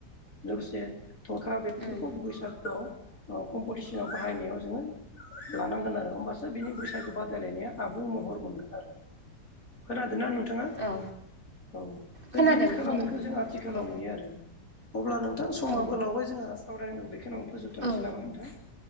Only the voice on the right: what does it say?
उम
औ
खोनादों
खोनादों
औ
औ
औ